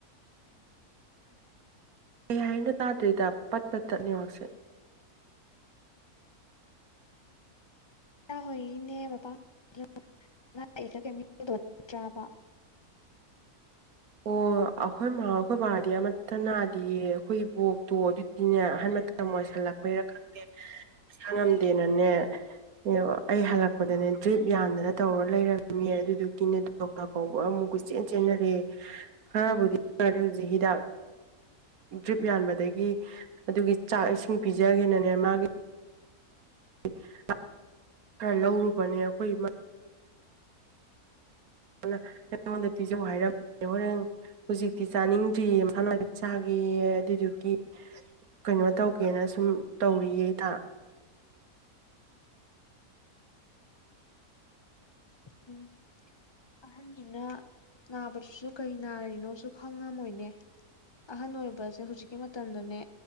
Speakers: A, on the right (about 70°); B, on the left (about 35°).
A: ꯀꯩ ꯍꯥꯏꯅ ꯇꯥꯗ꯭ꯔꯦꯗ ꯄꯠꯄ ꯇꯠꯅꯦꯍꯥꯛꯁꯦ
B: ꯏꯥ ꯍꯣꯏꯒꯤꯅꯦ ꯕꯕꯥꯒ ꯀꯩꯠꯇ꯭ꯔꯥꯕ
A: ꯑꯣ ꯑꯣ ꯑꯩꯈꯣꯏꯃꯥ ꯑꯩꯈꯣꯏ ꯕꯥꯗꯤ ꯑꯃꯠꯇ ꯅꯥꯗꯤꯌꯦ ꯑꯩꯈꯣꯏ ꯏ ꯕꯣꯛꯇꯣ ꯑꯗꯨꯗꯤꯅꯦ ꯑꯍꯟ ꯃꯇꯝ ꯑꯣꯏꯁꯜꯂꯛꯄ ꯀꯩꯔ ꯈꯪꯗꯦ ꯁꯥꯡꯉꯝꯗꯦꯅꯅꯦ ꯅꯦ ꯑꯩ ꯍꯜꯂꯛꯄꯗꯅꯦ ꯗ꯭ꯔꯤꯞ ꯌꯥꯟꯗꯅ ꯇꯧꯔ ꯂꯩꯔꯝꯃꯦ ꯑꯗꯨꯗꯨꯒꯤꯅꯦ ꯗꯣꯛꯇꯔ ꯀꯥꯎꯕꯥ ꯑꯃꯨꯛ ꯀꯣꯏꯆꯦ ꯆꯦꯟ ꯆꯦꯟꯅꯔꯦ ꯈꯔꯕꯨꯗꯤꯔꯦ ꯍꯧꯖꯤꯛ ꯍꯤꯗꯥꯛ ꯗ꯭ꯔꯤꯞ ꯌꯥꯟꯕꯗꯒꯤ ꯑꯗꯨꯒꯤ ꯆꯥꯛ ꯏꯁꯤꯡ ꯄꯤꯖꯒꯦꯅꯅꯦ ꯃꯥꯒꯤ ꯑ ꯂꯧꯔꯨꯕꯅꯦ ꯑꯩꯈꯣꯏ ꯏ ꯑꯩꯉꯣꯟꯗ ꯄꯤꯖ ꯍꯥꯏꯔꯝꯃꯦ ꯍꯣꯔꯦꯟ ꯍꯧꯖꯤꯛꯇꯤ ꯆꯥꯅꯤꯡꯗ꯭ꯔꯤꯌꯦ ꯃꯁꯥꯅꯋꯥꯏꯗ ꯆꯥꯒ ꯑꯗꯨꯗꯨꯒꯤ ꯀꯩꯅꯣ ꯇꯧꯒꯦꯅ ꯁꯨꯝ ꯇꯧꯔꯤꯌꯦꯗ
B: ꯎꯝ ꯑꯍꯟꯅꯤꯅ ꯅꯥꯕꯗꯨꯁꯨ ꯀꯩ ꯅꯥꯔꯤꯅꯣꯁꯨ ꯈꯪꯉꯝꯃꯣꯏꯅꯦ ꯑꯍꯟ ꯑꯣꯏꯕꯁꯦ ꯍꯧꯖꯤꯛꯀꯤ ꯃꯇꯝꯗꯅꯦ